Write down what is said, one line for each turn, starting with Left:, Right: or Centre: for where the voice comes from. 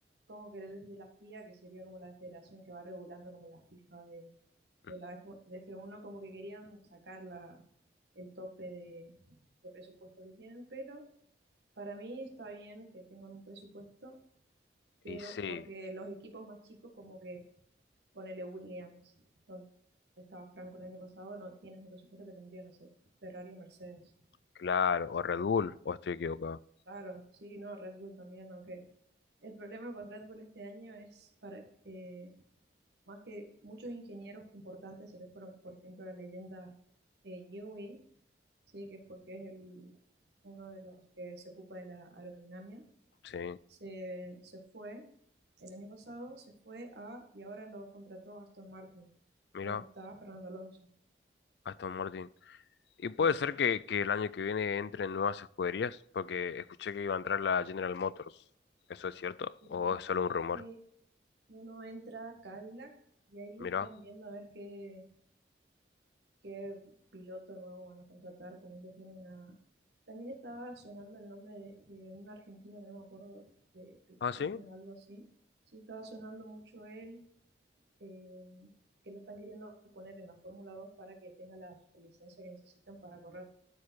Right: como que desde la FIA, que sería como la federación que va regulando como la FIFA de,
Left: Mm.
Right: de la F, de F1, como que querían sacar la, el tope de, de presupuesto que tienen, pero para mí está bien que tengan un presupuesto, pero
Left: Y sí,
Right: porque los equipos más chicos, como que ponele Williams, donde estaba Franco el año pasado, no tienen el presupuesto que tendría, no sé, Ferrari o Mercedes.
Left: claro, o Red Bull, o estoy equivocado.
Right: Claro, sí, no, Red Bull también, aunque El problema con Red Bull este año es para eh, más que muchos ingenieros importantes se les fueron, por ejemplo, la leyenda eh, Newey, sí, que es porque es el, uno de los que se ocupa de la aerodinámica,
Left: Sí,
Right: se, se fue el año pasado, se fue a y ahora lo contrató Aston Martin,
Left: mira,
Right: donde estaba Fernando Alonso.
Left: Aston Martin. Y puede
Right: Sí,
Left: ser que, que el año que viene entren nuevas escuderías, porque escuché que iba a entrar la General Motors. ¿Eso es cierto?
Right: sí,
Left: ¿O
Right: sí.
Left: es solo un rumor?
Right: sí. Uno entra a Cadillac y ahí
Left: Mira.
Right: están viendo a ver qué, qué piloto nuevo van a contratar, ponerle tienen a... También estaba sonando el nombre de, de un argentino que no me acuerdo, de Petone
Left: Ah, sí.
Right: o algo así. Sí, estaba sonando mucho él, eh, que lo están queriendo poner en la Fórmula dos para que tenga la superlicencia que necesitan para correr,